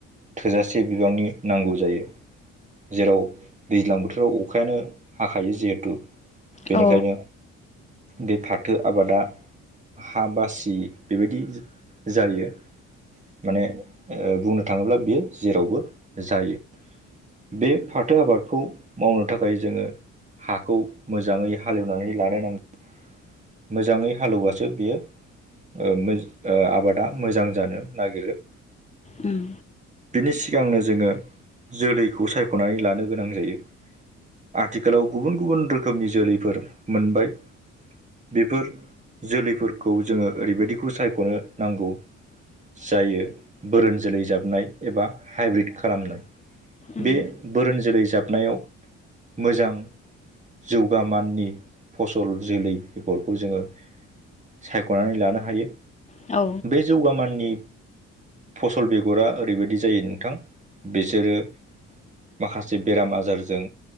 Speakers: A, on the right; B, on the left.
A: थोजासे बिबांनि नांगौ जायो जेराव दैज्लां बोथोराव अखायानो हाखायो जिहेथु बेनिखायनो
B: उम औ
A: बे फाथो आबादा हा बासि बेबायदि जायो माने बुंनो थाङोब्ला बियो जेरावबो जायो बे फाथो आबादखौ मावनो थाखाय जोङो हाखौ मोजाङै हालेवनानै लानो नांगोन मोजाङै हालेवबासो बियो ओ आबादा मोजां जानो नागिरो
B: ओम
A: बिनि सिगांनो जोङो जोलैखौ सायख'नानै लानो गोनां जायो आथिखालाव गुबुन गुबुन रोखोमनि जोलैफोर मोनबाय बेफोर जोलैफोरखौ जोङो ओरैबायदिखौ सायख'नो नांगौ जायो बोरोन जोलै जाबनाय एबा हाइब्रिद खालामनाय
B: उम
A: बे बोरोन जोलै जाबनायाव मोजां जौगा माननि फसल जोलै बेगरखौ जोङो सायख'नानै लानो हायो
B: औ
A: जौगाामाननि फसल बेगरा ओरैबायदि जायो नोंथां बिसोरो माखासे बेराम आजारजों